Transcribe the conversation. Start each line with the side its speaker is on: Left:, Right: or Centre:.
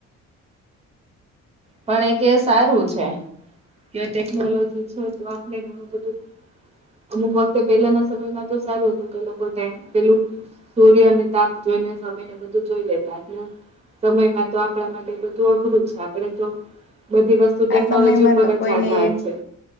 Right: પણ એક એ સારું છે કે ટેકનોલોજી છે તો આપણે ઘણું બધું અમુક વખતે પેલાના સમયમાં તો સારું હતું કે લોકો ટાઈમ પેલું સૂર્ય અને તાપ જોઈને સમય ને બધું જોઈ લેતા એટલે સમયમાં તો આપણા માટે બધું અઘરું છે આપડે તો બધી વસ્તુ ટેકનોલોજી
Left: આ સમયમાં
Right: ઉપર
Left: તો કોઈને
Right: જ આધાર છે.